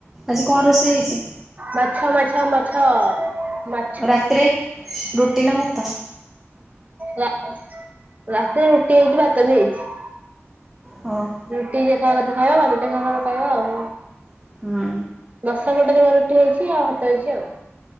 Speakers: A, in the centre; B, on the right.
A: ଆଜି କଣ ରୋଷେଇ ହେଇଛି?
B: ମାଛ ମାଛ ମାଛ ମା
A: ରାତିରେ, ରୁଟି ନା ଦ୍ଭା
B: ରା ରାତିରେ ରୁଟି ହେଇଛି ଭାତ ବି ହେଇଛି।
A: ହଁ।
B: ରୁଟି ଯିଏ ଖାଇବା କଥା ଖାଇବ। ଭାତ ଯିଏ ଖାଇବା କଥା ଖାଇବ ଆଉ।
A: ହୁଁ
B: ଦଶ ପଟ ଯମା ରୁଟି ହେଇଛି। ଆଉ ହାତ ଅଇଛି ଆଉ।